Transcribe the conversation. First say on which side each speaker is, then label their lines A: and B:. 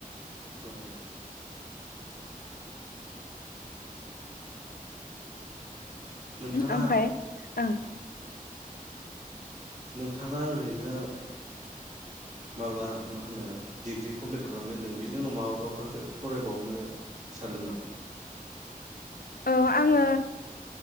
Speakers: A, on the right (about 50°); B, on the left (about 80°).
A: औ नोंथाङा
B: ओमफ्राय ओं
A: नोंथाङा ओरैनो माबा मा होनो डिग्रि कमप्लिट खालामबाय होनदों बिनि उनाव माबाबाफोर फरायबावनो सानदों नामा?
B: औ आङो